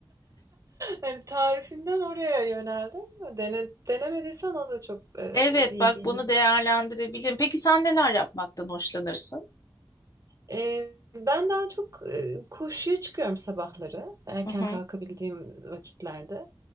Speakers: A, on the right; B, on the left.
A: Hani tarifinden oraya yöneldim. Dene denemediysen o da çok, eee,
B: Evet,
A: iyi
B: bak
A: geliyor.
B: bunu değerlendirebilirim. Peki sen neler yapmaktan hoşlanırsın?
A: Eee, ben daha çok, eee, koşuya çıkıyorum sabahları, erken
B: Hı hı,
A: kalkabildiğim vakitlerde.